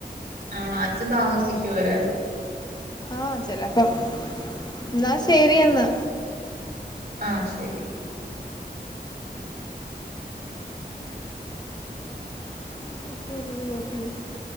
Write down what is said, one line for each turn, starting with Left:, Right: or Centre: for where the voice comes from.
Right: ആണോ അച്ഛൻ താമസിക്കോ വരാൻ
Left: ആ ചിലപ്പം എന്നാ ശെരി എന്നാ
Right: ആ ശരി
Left: <unintelligible>